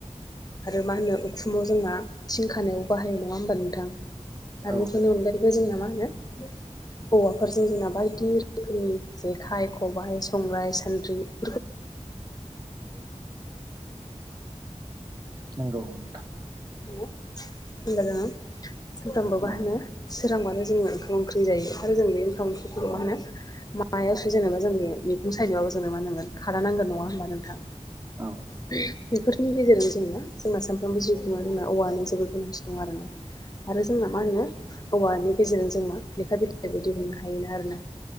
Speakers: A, on the left; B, on the right.
A: आरो मा होनो उखुमाव जोंना थिंखानायाव बाहायो नङा होमबा नोंथां? आरो
B: औ
A: बेफोरनि
B: नंगौ
A: अनगायैबो जोंना मा होनो औवाफोरजों जोंना बायदि रोखोमनि जेखाइ खबाइ संग्राय सान्द्रि <unintelligible>
B: नंगौ नोंथां
A: <unintelligible> <unintelligible> सानफ्रामबो मा
B: औ
A: होनो सोरांबानो जोङो ओंखाम ओंख्रि जायो आरो जों बे ओंखाम ओंख्रिखौ मा
B: औ
A: होनो मा मायाव सुयो जेनेबा जों बे मैगं सायनोबाबो जोंनो मा नांगोन खादा नांगोन नङा होमबा नोंथां?
B: औ
A: <unintelligible> बेफोरनि गेजेरजों जों मा जोंना सामफ्रोमबो <unintelligible> जोंना औवानि जोबोद गोनांथि दं आरोना। आरो जोंना मा होनो औवानि गेजेरजों जों मा लेखा बिलाइबो दिहुननो हायोना आरोना?